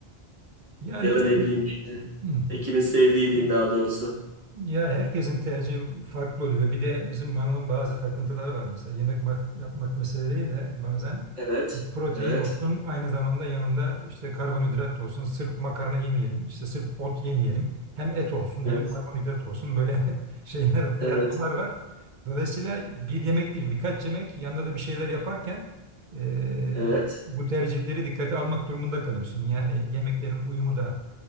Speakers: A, on the right; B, on the right.
A: Yani
B: Ya
A: dostum
B: da ne bileyim işte.
A: hı,
B: Ekibin sevdiği diyeyim daha doğrusu.
A: ya herkesin tercihi farklı oluyor. Bir de bizim hanımın bazı takıntıları var mesela. Yemek mak- yapmak mesele değil de bazen
B: Evet.
A: protein
B: Evet.
A: olsun aynı zamanda yanında işte karbonhidrat da olsun. Sırf makarna yemeyelim. işte sırf ot yemeyelim. Hem et olsun
B: Evet.
A: hem karbonhidrat olsun. Böyle <laughs> şeyler dayatmalar
B: Evet.
A: var. Dolayısıyla bir yemek değil birkaç yemek yanında da bir şeyler yaparken e,
B: Evet.
A: bu tercihleri dikkate almak durumunda kalıyorsun. Yani yemeklerin uyumu da